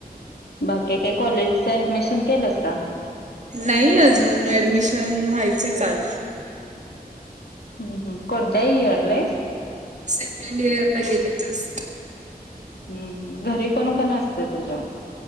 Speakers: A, on the left; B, on the right.
A: बाकी काही कॉलेजच ऍडमिशन केलस का
B: नाही अजून ऍडमिशन व्हायचंय चाल
A: हं हं कोणत्याही इयरला आहेस
B: सेकंड इयर ला गेले जास्त
A: हं हं घरी कोण कोण असते तुझ्या